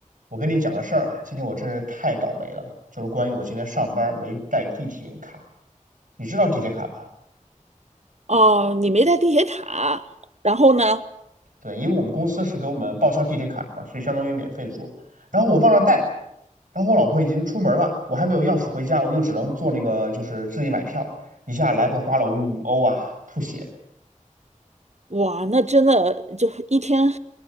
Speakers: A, on the right; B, on the right.
A: 我跟你讲个事儿啊，今天我真是太倒霉了，就是关于我今天上班没带地铁卡。你知道地铁卡吧？
B: 哦，你没带地铁卡，然后呢？
A: 对，因为我们公司是给我们报销地铁卡的嘛，所以相当于免费坐。然后我忘了带，然后我老婆已经出门了，我还没有钥匙回家，我就只能坐那个就是自己买票，一下来回花了五欧啊，吐血。
B: 哇，那真的就一天，